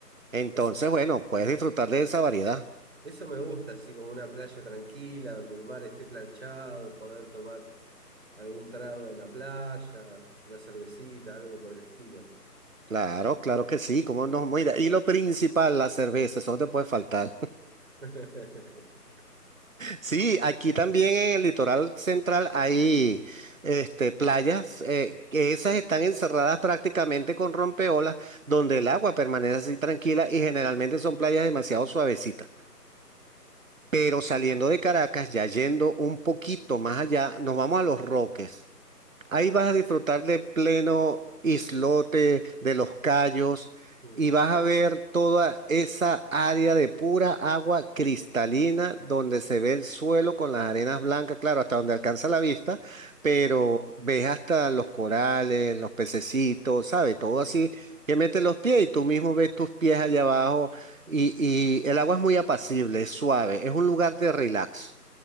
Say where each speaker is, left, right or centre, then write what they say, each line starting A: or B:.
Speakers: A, on the right (about 55°); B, on the right (about 40°).
A: Entonces,
B: Es,
A: bueno, puedes disfrutar de esa variedad.
B: Eso me gusta, así como una playa tranquila, donde el mar esté planchado, poder tomar algún trago en la playa, una cervecita, algo por el estilo.
A: Claro, claro que sí, cómo no, mira, y lo principal, la cerveza, eso no te puede faltar.
B: <laughs>
A: Sí, aquí también en el litoral central hay este, playas eh, que esas están encerradas prácticamente con rompeolas, donde el agua permanece así tranquila y generalmente son playas demasiado suavecitas. Pero saliendo de Caracas, ya yendo un poquito más allá, nos vamos a Los Roques. Ahí vas a disfrutar de pleno islote, de los cayos,
B: Mm,
A: y vas a ver toda esa área de pura agua cristalina donde se ve el suelo con las arenas blancas, claro, hasta donde alcanza la vista,
B: sí,
A: pero ves hasta los corales, los pececitos, ¿sabes? Todo
B: mm,
A: así que metes los pies y tú mismo ves tus pies allá abajo y, y el agua es muy apacible, es suave, es un lugar de relax.